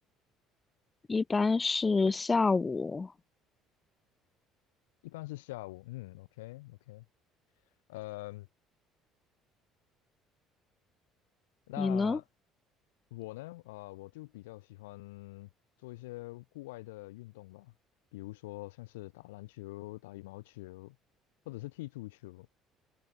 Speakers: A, on the left (about 25°); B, on the left (about 70°).
A: 一般是下午，
B: 一般是下午，嗯，OK OK，呃，那
A: 你呢？
B: 我呢，啊、我就比较喜欢做一些户外的运动吧，比如说像是打篮球、打羽毛球，或者是踢足球。